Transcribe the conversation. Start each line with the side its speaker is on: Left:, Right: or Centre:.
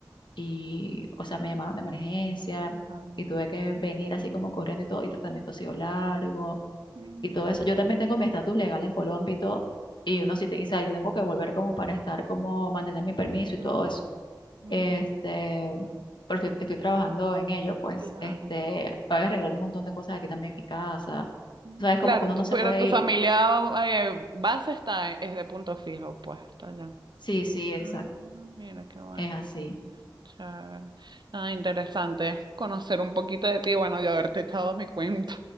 Left: y, o sea, me llamaron de emergencia
Right: Claro,
Left: y tuve que venir así como corriendo y todo, y tratamiento ha sido largo
Right: mira,
Left: y todo eso. Yo también tengo mi estatus legal en Colombia y todo. Y uno sí, te- y, o sea, yo tengo que volver como para estar, como mantener mi permiso
Right: claro.
Left: y todo eso.
Right: Mm,
Left: Este, pero estoy, estoy trabajando en ello, pues,
Right: Claro,
Left: este, voy a arreglar un montón de cosas aquí también en mi casa.
Right: Mm,
Left: O sea, es como
Right: claro,
Left: que uno
Right: tu-
Left: no se
Right: pero
Left: puede
Right: tu familia
Left: ir.
Right: eh, base está, es de punto fijo, pues, está allá.
Left: Sí, sí, exacto.
Right: Ah, mira, qué bueno,
Left: Es así.
Right: chévere. Ah, interesante conocer un poquito de ti, bueno, yo haberte echado mi cuento.